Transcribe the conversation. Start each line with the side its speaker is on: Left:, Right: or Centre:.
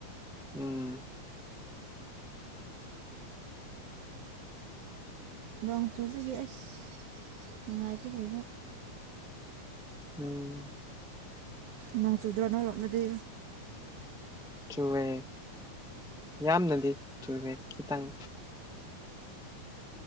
Centre: ꯎꯝ
Right: ꯂꯣꯡꯆꯣꯡꯗꯨꯒꯦ ꯑꯁ ꯅꯨꯡꯉꯥꯏꯇꯔꯕꯣ
Centre: ꯎꯝ
Right: ꯅꯣꯡ ꯆꯗ꯭ꯔꯣ ꯅꯣꯢꯔꯣꯝꯗꯗꯤ
Centre: ꯆꯨꯔꯦ ꯌꯥꯝꯅꯗꯤ ꯆꯨꯨꯔꯗꯦ ꯈꯤꯇꯪ